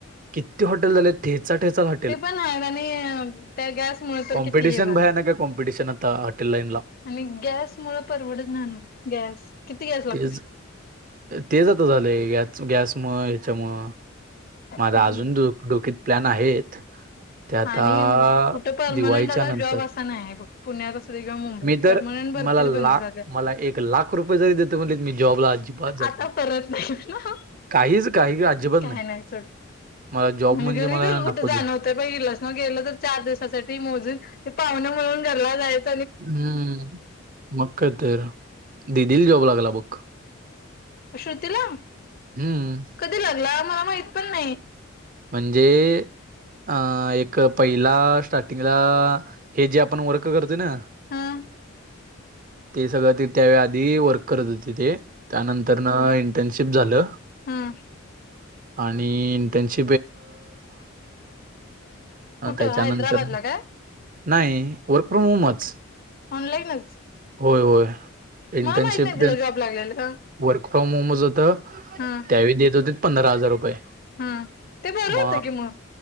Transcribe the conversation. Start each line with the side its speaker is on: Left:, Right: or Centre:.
Right: किती हॉटेल झाले ह
Left: ते पण आहेत आणि त्या गॅस मुळ तर
Right: क
Left: किती हे झालय
Right: कॉपटिशन आता हटल लाईनला
Left: आणि गॅस मुळ परवडत ना ना गॅस किती गॅस लागते
Right: तेच तेच आता झालंय ग गॅस म त्याच्यामु माझा
Left: काय
Right: अजूनो
Left: नाही
Right: डोकत प्लॅन आहेत ते आता
Left: आणि कुठे परर्मनंट
Right: दिवाळीच्या
Left: आता
Right: नंतर
Left: जॉब असा नाही नाही पुण्यात अस किवा मुंबईत
Right: मी तर
Left: परमनंट भरतीच
Right: मला लाख
Left: बंद झाल्या
Right: मला एक लाख रुपये जरी देतो म्हणले मी जॉबला अजिबात जात
Left: आता
Right: नाही
Left: परत नाही ना
Right: काहीच काही अजिबात
Left: काय नाही सोड
Right: मला जॉब
Left: घरी
Right: म्हणजे मला
Left: जर
Right: नकोच
Left: कुठे जाण
Right: आहे
Left: होतंय प इलास मग गेलं तर चार दिवसासाठी मोजून ते पाहणे म्हणूनरला जायच
Right: हम्म मग ख तर दिदीील जॉब लागला बुक
Left: श्रुतला
Right: हम्म
Left: कधी लागला मला माहित पण नाही
Right: म्हणजे अ एक पहिला स्टार्टिंगला हे जे आपण वर्क करतो ना
Left: हं
Right: ते सगळं ते त्यावेळे आधी वर्क करत होते ते त्यानंतरन इंटर्नशिप झालं
Left: हम्म
Right: आणि त्यांची अ,
Left: कुठं
Right: त्याच्यानंतर
Left: हैदराबादला काय
Right: नाही वर्क फ्रॉम होमच
Left: ऑनलाईनच
Right: होय होय इंटर्नशिप
Left: मला माहित नाही तिला जॉब लागलेला
Right: वर्क प्र मोोमोज होत त्यावे
Left: हं
Right: देत होते पंधरा हजार रुपये
Left: हं ते बरं
Right: म
Left: होतं की मग